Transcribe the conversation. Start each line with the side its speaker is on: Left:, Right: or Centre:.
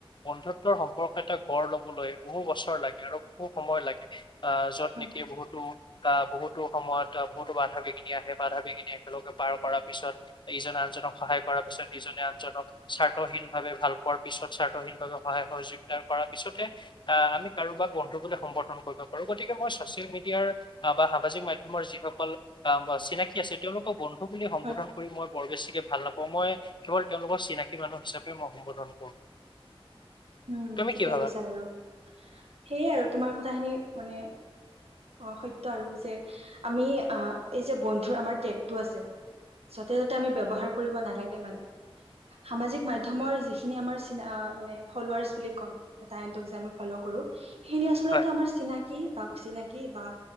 Left: বন্ধুত্বৰ সম্পৰ্ক এটা - গঢ় লবলৈ বহু বছৰ লাগে আৰু বহু সময় লাগে আহ য'ত
Right: হয়
Left: নেকি
Right: হয়
Left: বহুতো- আহ বহুতো সময়ত বহুতো বাধা বিঘিনি আহে। বাধা বিঘিনি একেলগে পাৰ কৰাৰ পিছত ইজন আনজন- সহায় কৰাৰ পিছত ইজনে আনজনক স্বাৰ্থহীন ভাৱে ভাল পোৱাৰ পিছত স্বাৰ্থহীন ভাৱে সহায় সহযোগিতাৰ কৰাত- পিছতে আমি কাৰোবাক বন্ধু বোলে সম্বৰ্ধন কৰিব পাৰোঁ গতিকে মই চচিয়েল মিডিয়াৰ বা‌ সামাজিক - সাজিক মাধ্যমৰ যিসকল চিনাকি আছে তেওঁলোকৰ বন্ধু বুলি সম্বোধন
Right: হয়
Left: কৰি মই বৰ বেছিকে ভাল নাপাওঁ। মই কেৱল তেওঁলোকৰ চিনাকী মানুহ হিচাপে মই সম্বোধন কৰো।
Right: উম
Left: তুমি
Right: ঠিকে
Left: কি ভাবা?
Right: কৈছা বাৰু সেইয়ে আৰু তোমাৰ কথাখিনি মানে- সত্য আৰু যে আমি আহ এই যে বন্ধুৰ আমাৰ টেগটো আছে। যতে ততে আমি ব্যৱহাৰ কৰিব নালাগে মানে- সামাজিক মাধ্যমৰ যিখিনি আমাৰ চিনা মানে। ফলওৱাৰ্চ বুলি কয় এটাই আন এটাক যে ফলও কৰোঁ সেইখিনি আচলতে
Left: হয়,
Right: আমাৰ চিনাকি। কি বা অচিনাকি বা।